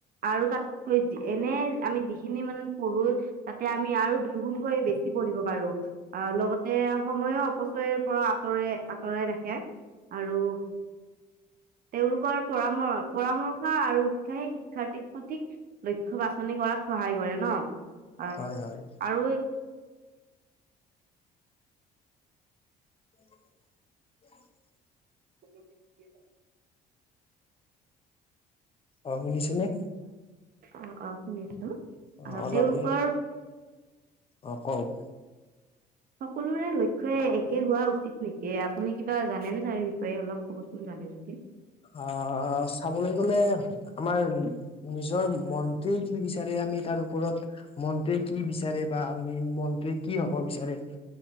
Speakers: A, on the right; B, on the left.
A: আৰু তাতকৈ এনে আমি যিখিনি মানে প়ো তাতে আমি আৰু দুইগুণকৈ বেছি পঢ়িব পাৰো আহ লগতে সময়ো অপচয়ৰ পৰা আঁতৰে আঁতৰাই ৰাখে আৰু তেওঁলোকৰ পৰাম পৰামৰ্শ আৰু শিক্ষাইে শিক্ষাৰ্থক সঠিক লক্ষ্্য বাছনি কৰাত সহায় কৰে ন অ
B: হয় হয়
A: আৰু
B: উ
A: ক
B: অ শুনিছো নে
A: অ অ শুনিছো
B: অ
A: আহ
B: অলপ
A: তেওঁলোকৰ
B: অ কওক
A: সকলোৰে লক্ষ্য় একে হোৱা উচিত নেকি আপুনি কিবা জানেনেে তাৰ বিষয়ে অলপ ক'বচোন জানে যদি
B: অ চাবলৈ গ'লে আমাৰ নিজৰ মনটোৱে কি বিচাৰে আমি তাৰ ওপৰত মনটয়ে কি বিচাৰে বা আমি মনটোৱে কি হব বিচাৰে